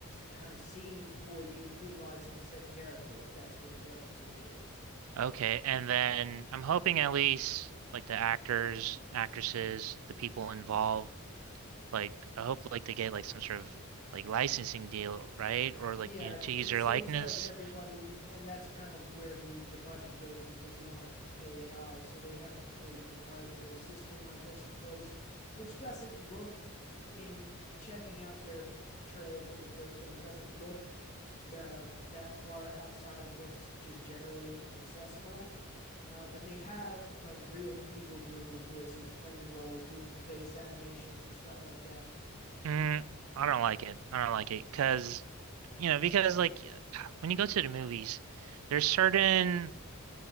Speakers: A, on the left (about 35°); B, on the right (about 70°).
A: kind of scenes for you utilizing said character if that's what the reference image is.
B: Okay, and then I'm hoping at least like the actors, actresses, the people involved, like I hope like they get like some sort of like licensing deal, right? Or like
A: Yeah,
B: you know,
A: it,
B: to use
A: it
B: their
A: seems
B: likeness
A: like everybody, and that's kind of where the the budget goes because you don't have to pay AI. So they have a proprietary system, I guess, in place, which doesn't look in checking out their f- trailer for the first film doesn't look uh, that far outside of what's just generally accessible. Uh, but they have like real people doing the voices, playing the roles, doing the face animations and stuff like that.
B: Mm, I don't like it. I don't like it because, you know, because like <sighs> when you go to the movies, there's certain